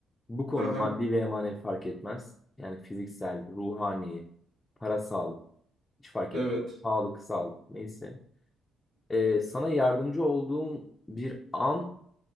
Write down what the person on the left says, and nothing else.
bu konuda
maddi veya manevi fark etmez. Yani fiziksel, ruhani, parasal hiç fark
etmez. Sağlıksal neyse. Ee, sana yardımcı olduğum bir an